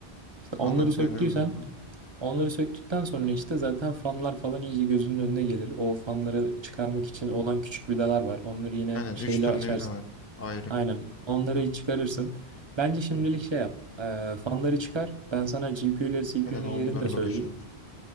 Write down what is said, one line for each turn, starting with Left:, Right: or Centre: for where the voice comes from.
Right: İşte onları
Left: Anlatmaya
Right: söktüysen
Left: devam edeceğim.
Right: Onları söktükten sonra işte zaten fanlar falan iyice gözünün önüne gelir. O fanları çıkarmak için olan küçük vidalar var. Onları yine
Left: Aynen.
Right: şeyle
Left: Üç tane
Right: açarsın.
Left: vida var. Ayrı.
Right: Aynen. Onları çıkarırsın. Bence şimdilik
Left: Hı hı.
Right: şey yap. Ee, fanları çıkar. Ben sana GPU ile CPU'nun
Left: Aynen onlarla
Right: yerini de söyleyeyim.
Left: uğraşıyorum.